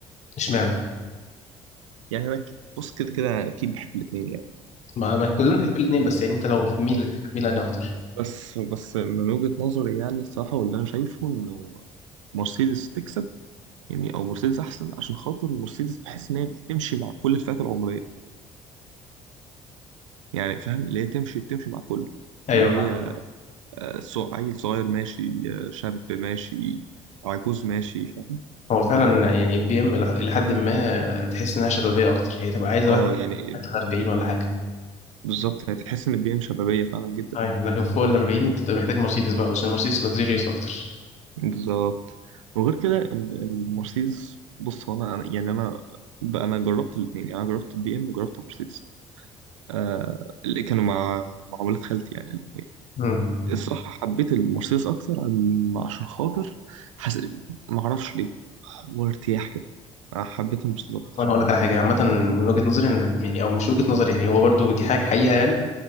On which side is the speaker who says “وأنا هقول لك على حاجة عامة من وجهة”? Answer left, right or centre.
Left